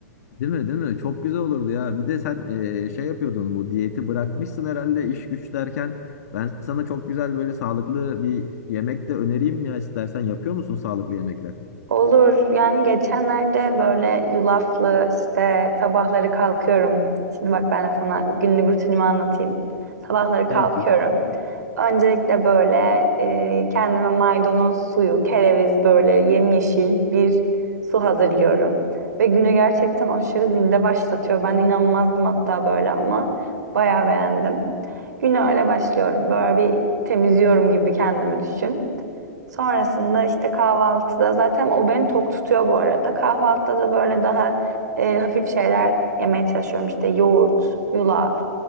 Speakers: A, on the left; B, on the right.
A: Değil mi, değil mi? Çok güzel olurdu ya. Bir de sen eee, şey yapıyordun bu diyeti bırakmışsın herhalde iş güç derken. Ben sana çok güzel böyle sağlıklı bir yemek de önereyim ya istersen. Yapıyor musun sağlıklı yemekler?
B: Olur. Yani geçenlerde böyle yulaflı işte sabahları kalkıyorum. Şimdi bak ben de sana günlük rutinimi anlatayım. Sabahları kalkıyorum.
A: Peki.
B: Öncelikle böyle e, kendime maydanoz suyu, kereviz böyle yemyeşil bir su hazırlıyorum. Ve güne gerçekten aşırı zinde başlatıyor. Ben inanmazdım hatta böyle ama bayağı beğendim. Güne öyle başlıyorum. Böyle bir temizliyorum gibi kendimi düşün. Sonrasında işte kahvaltıda zaten o beni tok tutuyor bu arada. Kahvaltıda da böyle daha e, hafif şeyler yemeye çalışıyorum. İşte yoğurt, yulaf,